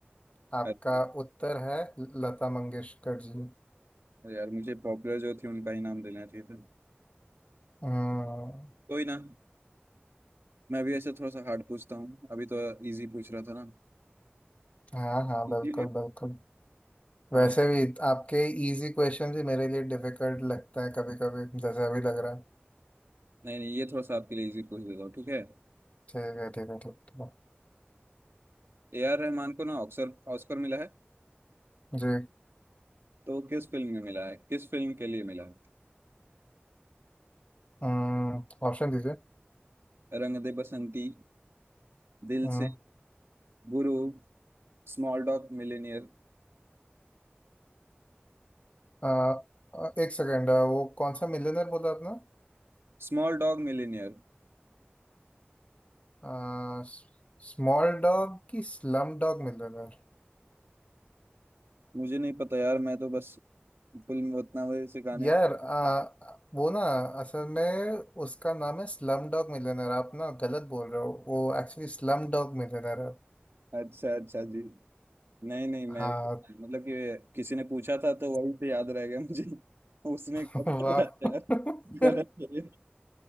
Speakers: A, on the left; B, on the right.
A: आपका
B: अरे
A: उत्तर है लता मंगेशकर जी
B: अरे यार मुझे पॉपुलर जो थी उनका ही नाम लेना चाहिए था
A: हम्म
B: कोई ना मैं भी ऐसे थोड़ा सा हार्ड पूछता हूँ अभी तो इजी पूछ रहा था ना
A: हाँ हाँ बिल्कुल
B: इजी
A: बिल्कुल
B: हाँ
A: वैसे भी आपके इजी क्वेश्चन ही मेरे लिए डिफिकल्ट लगता है कभी कभी जैसे अभी लग रहा है
B: नहीं नहीं ये थोड़ा सा आपके लिए इजी पूछ देता हूँ ठीक है
A: ठीक है ठीक है ठीक ठीक है
B: ए आर रहमान को ना ऑक्सर ऑस्कर मिला है
A: जी
B: तो किस फिल्म में मिला है किस फिल्म के लिए मिला है
A: हम्म ऑप्शन दीजिए
B: रंग De Basanti Dil
A: हम्म,
B: Se Guru small dog millionaire
A: अ, अ, एक सेकेंड वो कौन सा मिलियनर बोला आपने
B: Small dog millionaire
A: आ, स्मॉल डॉग की स्लम डॉग मिलियनर
B: मुझे नहीं पता यार मैं तो बस फुल में उतना वजह से गाने
A: यार
B: का
A: अ, वो ना असल में उसका नाम है स्लम डॉग मिलियनर आप ना गलत बोल रहे हो वो एक्चुअली स्लम डॉग मिलियनर है
B: अच्छा अच्छा जी नहीं नहीं
A: हाँ
B: मैं मतलब कि किसी ने पूछा था तो वही से याद रह गया मुझे <laughs> उसने कहा
A: वाह
B: था यार
A: <laughs>
B: गलत है।